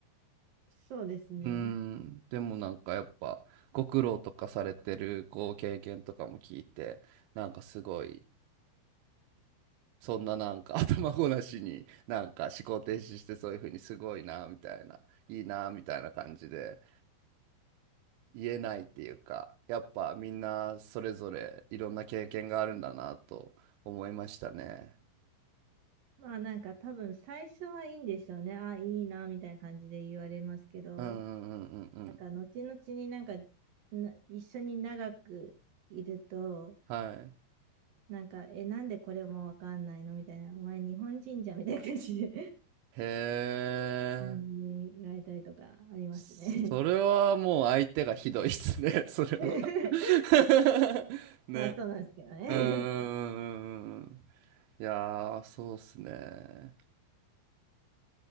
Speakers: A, on the right (about 60°); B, on the right (about 85°).
A: そうですね。
B: うーんでもなんかやっぱご苦労とかされてるこう経験とかも聞いてなんかすごいそんななんか <laughs> 頭ごなしになんか思考停止してそういうふうにすごいなみたいないいなみたいな感じで。言えないっていうか、やっぱみんなそれぞれいろんな経験があるんだなと思いましたね。
A: まあなんか多分最初はいいんでしょうね。あ、いいな、みたいな感じで言われますけど、
B: うんうんうんうんうん。
A: なんか後々になんかな一緒に長くいると、
B: はい。
A: なんか、え、なんでこれもわかんないのみたいな、お前日本人じゃんみたいな感じで
B: へえ。
A: <laughs> 感じで言われたりとかありますね。
B: それはもう相手がひどいっすね、<laughs> それは
A: <laughs>
B: <laughs> ね。
A: まあそうなんですけどね。
B: うんうんうんうんうん。いやー、そうっすね。